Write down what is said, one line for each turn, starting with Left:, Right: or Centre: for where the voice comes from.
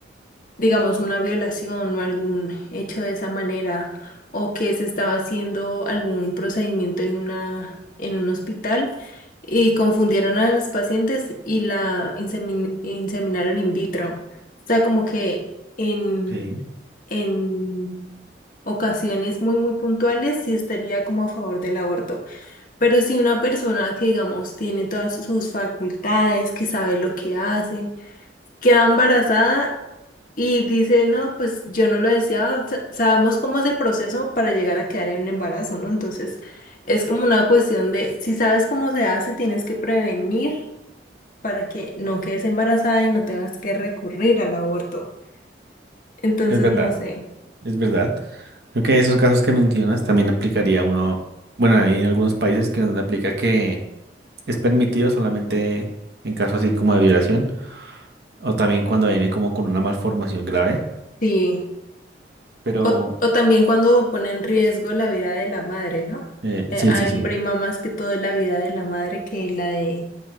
Left: digamos, una violación o algún hecho de esa manera, o que se estaba haciendo algún procedimiento en una, en un hospital y confundieron a los pacientes y la insemin- inseminaron in vitro. O sea, como que en,
Right: Sí,
Left: en ocasiones muy, muy puntuales sí estaría como a favor del aborto. Pero si una persona que, digamos, tiene todas sus facultades, que sabe lo que hace, queda embarazada y dice, no, pues yo no lo deseaba, sa- sabemos cómo es el proceso para llegar a quedar en un embarazo, ¿no? Entonces, es como una cuestión de, si sabes cómo se hace, tienes que prevenir para que no quedes embarazada y no tengas que recurrir al aborto. Entonces,
Right: es verdad,
Left: no sé,
Right: es verdad. Creo que esos casos que mencionas también aplicaría uno, bueno, hay en algunos países que donde aplica que es permitido solamente en caso así como de violación. O también cuando viene como con una malformación grave.
Left: sí.
Right: Pero
Left: O, o también cuando pone en riesgo la vida de la madre, ¿no?
Right: eh,
Left: Eh,
Right: sí,
Left: hay
Right: sí, sí.
Left: prima más que todo la vida de la madre que la de